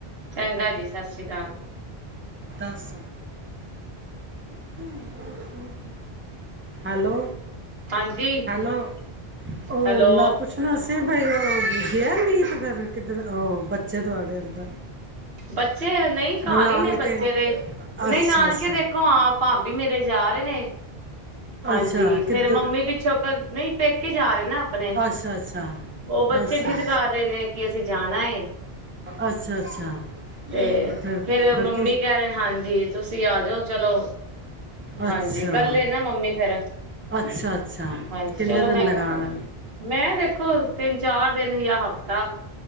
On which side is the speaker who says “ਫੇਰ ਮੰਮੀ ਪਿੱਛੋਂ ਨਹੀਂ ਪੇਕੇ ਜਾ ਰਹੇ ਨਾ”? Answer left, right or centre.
Right